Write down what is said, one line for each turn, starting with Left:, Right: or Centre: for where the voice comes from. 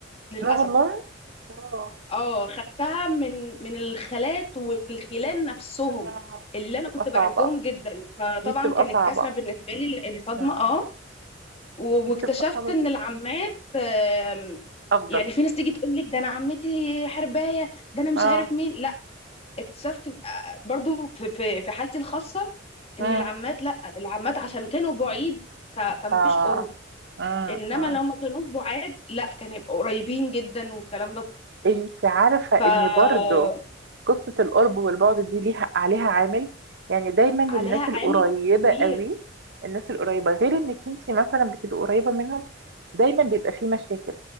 Left: للاسف
Right: لا والله اه
Left: اه خدتها من من الخالات والخلان نفسهم
Right: آه،
Left: اللي
Right: دي
Left: انا
Right: بتبقى
Left: كنت بعزهم
Right: صعبه
Left: جدا فطبعا
Right: دي بتبقى
Left: كانت
Right: صعبه
Left: كسره بالنسبه لي لان صدمه
Right: امم
Left: اه و-
Right: دي
Left: واكتشفت
Right: بتبقى صعبه
Left: ان
Right: جدا
Left: العمات آم،
Right: افضل
Left: يعني في ناس تيجي تقول لك ده انا عمتي حربايه ده انا مش
Right: اه
Left: عارف مين لا اكتشفت آه، برضو في في في حالتي الخاصه
Right: مم.
Left: ان العمات لا العمات عشان كانوا بعيد ف- فما
Right: آه
Left: فيش قرب
Right: مم.
Left: انما
Right: مم.
Left: لو ما كانوا بعاد لا كان هيبقوا قريبين جدا والكلام ده
Right: انت عارفة ان
Left: فعليها
Right: برضو قصة القرب والبعد دي ليها عليها عامل يعني دايما الناس
Left: عامل
Right: القريبة
Left: كبير
Right: قوي الناس القريبة غير انك انت مثلا بتبقي قريبة منهم دايما بيبقى فيه مشاكل